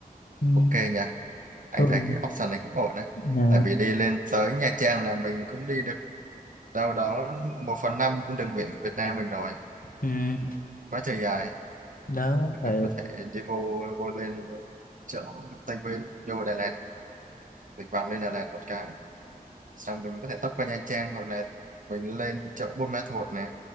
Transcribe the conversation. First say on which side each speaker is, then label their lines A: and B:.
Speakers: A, on the left; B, on the right.
A: ừ,
B: ok nha anh
A: thường
B: thấy cái option này cũng ổn đấy
A: nè
B: tại vì đi lên tới Nha Trang là mình cũng đi được đâu đó một phần năm cũng đừng nguyện của Việt Nam mình rồi
A: ừ.
B: quá trời dài
A: đó thì
B: mình có thể đi vô vô lên chỗ Tây Nguyên vô Đà Lạt mình vòng lên Đà Lạt một cái xong rồi mình có thể tấp qua Nha Trang hoặc là mình lên chỗ Buôn Ma Thuột nè